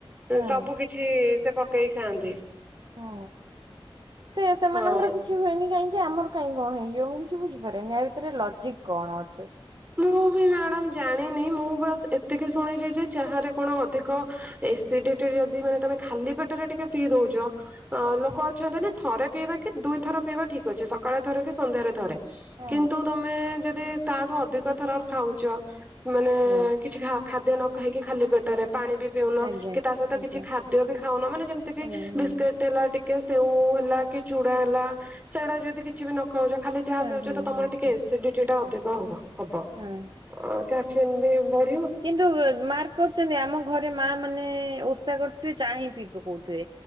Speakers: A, on the right (about 50°); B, on the right (about 15°).
A: ହଁ
B: ସବୁ କିଛି ସେ ପକେଇକି ଖାଆନ୍ତି।
A: ହଁ ସେ ସେମାନଙ୍କର
B: ହଁ।
A: କିଛି କି ହୁଏନି କାହିଁକି ଆମର କାଇଁ କଁ ହେଇଯିବ ମୁଁ କିଛି ବୁଝିପାରେନି ୟା ଭିତରେ ଲଜିକ କଣ ଅଛି।
B: ମୁଁ ବି ମ୍ୟାଡ଼ାମ ଜାଣିନି। ମୁଁ ବାସ୍ ଏତିକି ଶୁଣିଚି ଯେ ଚାହାରେ କଣ ଅଧିକ ଏସିଡିଟି ରେ ଯଦି ମାନେ ତମେ ଖାଲି ପେଟରେ ଟିକେ ପିଇ ଦୋଉଚ। ଅ ଲୋକ ଅଛନ୍ତି ନା ଥରେ ପିଇବା କି ଦୁଇଥର ପିଇବା ଠିକ୍ ଅଛି। ସକାଳେ ଥରେ କି ସନ୍ଧ୍ୟାରେ ଥରେ।
A: ହଁ
B: କିନ୍ତୁ ତମେ ଯଦି ତାଠୁ ଅଧିକ ଥର ଖାଉଚ। ମାନେ
A: ହଁ
B: କିଛି ଖା ଖାଦ୍ୟ ନ ଖାଇକି ଖାଲି ପେଟରେ। ପାଣି ବି ପିଉନ
A: ଆଜ୍ଞା
B: କି ତା ସଇତ
A: ଆଜ୍ଞା
B: କିଛି ଖାଦ୍ୟ ବି ଖାଉନ। ମାନେ ଯେମତି କି
A: ହଁ ହଁ ହଁ
B: ବିସ୍କିଟ୍ ହେଲା ଟି କି ସେଉ ହେଲା କି ଚୁଡା ହେଲା ସେଗୁଡା ଯଦି କିଛି ବି ନ କୋଉଜ ଖାଲି ଚାହା
A: ହଁ
B: ପିଉଚ ତ ତମର
A: ହଁ। ହଁ
B: ଟିକେ ଏସିଡିଟି ଟା ଅଧିକ ହବ ହବ ଅଁ।
A: ହଁ।
B: କାସି ମୁଁ ବି ବୋହୁତ
A: କିନ୍ତୁ ମାର୍କ କରୁଚନ୍ତି ଆମ ଘରେ ମା ମାନେ ଓଷା କରୁଥିବେ ଚା ହିଁ ପିଇ ପକୋଉଥିବେ।